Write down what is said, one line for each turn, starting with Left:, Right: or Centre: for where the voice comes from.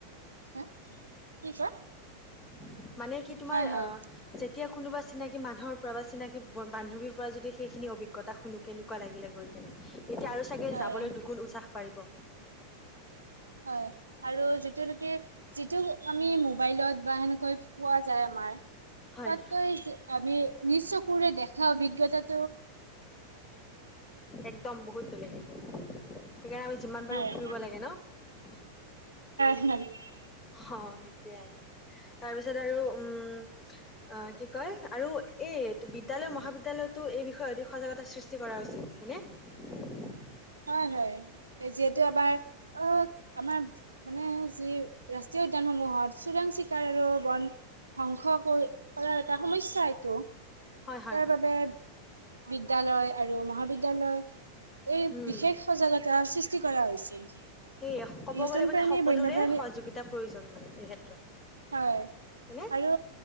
Right: হা, কি কয়?
Left: <inaudible> মানে কি তোমাৰ,
Right: হয় হয়
Left: আহ যে এতিয়া কোনোবা চিনাকি মানুহৰ পৰা বা চিনাকি বান্ধৱীৰ পৰা যদি সেইখিনি অভিজ্ঞতা শুনো কেনেকুৱা লাগিলে গৈ কেনে এতিয়া আৰু চাগে
Right: হয়
Left: যাবলৈ দুগুণ উচ্ছাস পাৰিব।
Right: হয়, আৰু যিটো নেকি, যিটো আমি মোবাইলত বা সেনেকৈ পোৱা যায় আমাৰ।
Left: হয়
Right: তাত গৈজ আমি নিজ চকুৰে দেখা অভিজ্ঞ <unintelligible>
Left: একদম বহুত বেলেগ। এইটো এটা সেইকাৰণে আমি যিমান পাৰো
Right: হয়
Left: ফুৰিব লাগে ন'।
Right: <unintelligible>
Left: অ' সেইটোৱে আৰু। তাৰপিছত আৰু উম কি কয় আৰু এই বিদ্যালয় মহাবিদ্যালয়তো এই বিষয়ে অধিক সজাগতা সৃষ্টি কৰা উচিত হয়নে?
Right: হয়, হয়। যিহেতু এবাৰ অ' আমাৰ মানে যি ৰাষ্ট্ৰীয় উদ্যানসমূহত চোৰাং চিকাৰ আৰু বন ধ্বংস কৰি কৰাৰ এটা সমস্যা এইটো
Left: হয় হয়
Right: তাৰ
Left: হয়
Right: বাবে। বিদ্যালয় আৰু মহাবিদ্যালয়। এই
Left: উম
Right: বিশেষ সজাগতা সৃষ্টি কৰা হৈছিল
Left: সেয়ে কব
Right: নতুন
Left: গলে মানে
Right: প্ৰাণী
Left: সকলোৰে
Right: বন্যপ্ৰাণী
Left: সহযোগিতাৰ প্ৰয়োজন মানে এই ক্ষেত্ৰত।
Right: হয়
Left: হয়নে
Right: আৰু